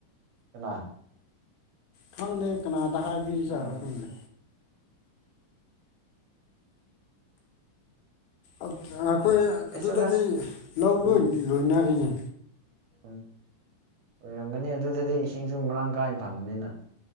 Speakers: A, on the right; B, on the left.
A: ꯀꯅꯥ
B: ꯈꯪꯗꯦ ꯀꯅꯥꯗ ꯍꯥꯏꯕꯤꯖꯔꯣ
A: ꯎꯝ
B: ꯈꯪꯗꯦ ꯑꯛ ꯑꯈꯣꯏ
A: ꯀꯩꯁꯨꯒ
B: ꯑꯗꯨꯗꯗꯤ ꯂꯧ
A: ꯎꯝ
B: ꯂꯣꯏ ꯂꯣꯏꯅꯔꯤꯅꯦ
A: ꯎꯝ ꯑꯣꯏꯔꯝꯒꯅꯤ ꯑꯗꯨꯗꯗꯤ ꯏꯁꯤꯡꯁꯨ ꯃꯔꯥꯡ ꯀꯥꯏꯟ ꯐꯪꯕꯅꯤꯅ